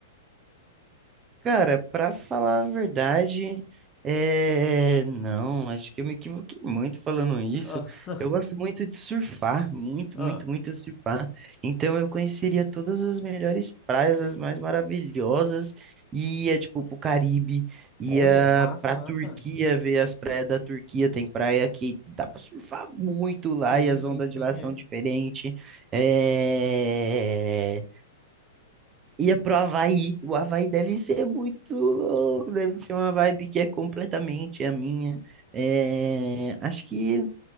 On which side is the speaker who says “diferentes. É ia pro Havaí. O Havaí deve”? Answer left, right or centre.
Right